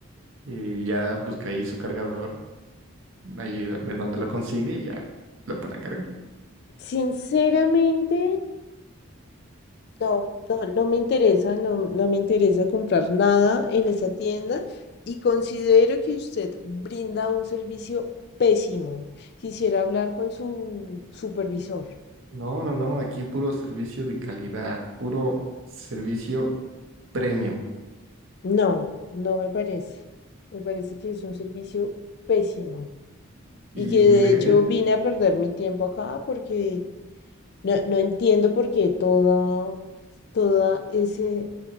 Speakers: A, on the right; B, on the left.
A: y ya busca ahí su cargador, ahí a ver dónde lo consigue y ya lo pone a cargar.
B: Sinceramente, No, no, no me interesa, no, no me interesa comprar nada en esa tienda y considero que usted brinda un servicio pésimo. Quisiera hablar con su supervisor.
A: No, no, no, aquí puro servicio de calidad, puro servicio premium.
B: No, no me parece. Me parece que es un servicio pésimo
A: Y,
B: y que de
A: y el
B: hecho
A: gerente,
B: vine a perder mi tiempo acá porque No, no entiendo por qué toda, toda ese,